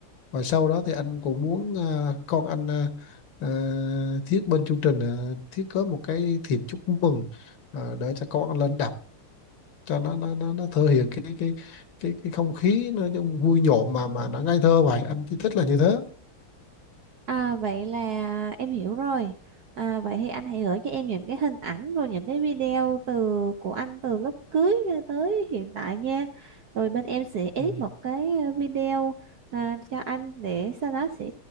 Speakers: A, on the left (about 65°); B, on the right (about 65°).
A: và sau đó thì anh cũng muốn ờ, con anh ờ, ờ, thiết bên chương trình ờ, thiết kế một cái thiệp chúc mừng ờ, để cho con anh lên đọc cho nó nó nó, nó thể hiện cái cái cái cái không khí nó trong vui nhộn mà mà nó ngây thơ vậy anh chỉ thích là như thế
B: À, vậy là em hiểu rồi. À, vậy thì anh hãy gửi cho em những cái hình ảnh rồi những cái video từ của anh từ lúc cưới cho tới hiện tại nha. Rồi bên em sẽ edit
A: ừ.
B: một cái ờ, video à, cho anh để sau đó sẽ